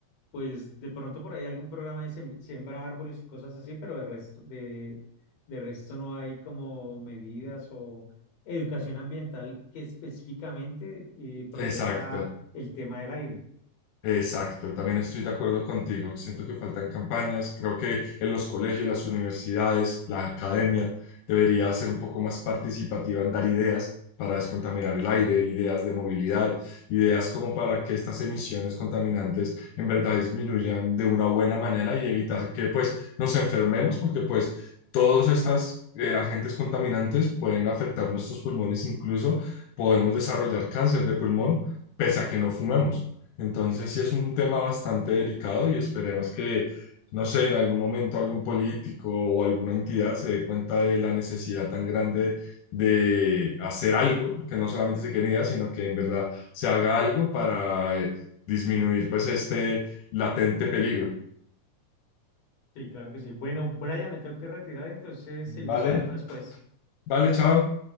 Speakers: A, on the left (about 60°); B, on the left (about 80°).
A: Pues de pronto por ahí algún programa de sem- siembra árboles y cosas así, pero de resto, de, de resto no hay como medidas o educación ambiental que específicamente eh, proteja
B: Exacto.
A: el tema del aire.
B: Exacto, también estoy de acuerdo contigo. Siento que faltan campañas. Creo que en los colegios, las universidades, la academia debería ser un poco más participativa en dar ideas para descontaminar el aire, ideas de movilidad, ideas como para que estas emisiones contaminantes en verdad disminuyan de una buena manera y evitar que pues nos enfermemos, porque pues todos estos agentes contaminantes pueden afectar nuestros pulmones, incluso podemos desarrollar cáncer de pulmón pese a que no fumemos. Entonces sí es un tema bastante delicado y esperemos que, no sé, en algún momento algún político o alguna entidad se dé cuenta de la necesidad tan grande de hacer algo, que no solamente se queden ideas, sino que en verdad se haga algo para eh, disminuir pues este latente peligro.
A: Sí, claro que sí. Bueno, Brian, me tengo que retirar, entonces seguimos
B: Vale,
A: hablando después.
B: vale, chao.